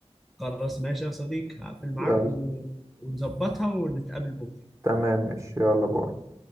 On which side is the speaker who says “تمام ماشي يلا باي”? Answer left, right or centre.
Right